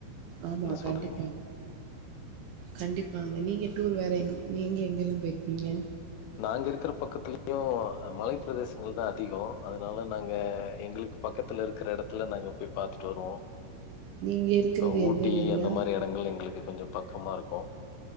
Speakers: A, on the right (about 75°); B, on the left (about 80°).
A: ஆமா
B: என்ன சொல்றீங்க
A: கண்டிப்பா கண்டிப்பாங்க நீங்க டூர் வேற எங் நீங்க எங்கெல்லாம் போயிருப்பீங்க
B: நாங்க இருக்கிற பக்கத்துலயு மலை பிரதேசங்கள்தா அதிகோ அதனால நாங்க எங்களுக்கு பக்கத்துல இருக்குற எடத்துல நாங்க போய் பாத்துட்டு வருவோ
A: நீங்க இருக்கிறது
B: எ ஊட்டி
A: எந்த ஏரியா?
B: அந்த மாரி எடங்கள் எங்களுக்கு கொஞ்ச பக்கமாருக்கு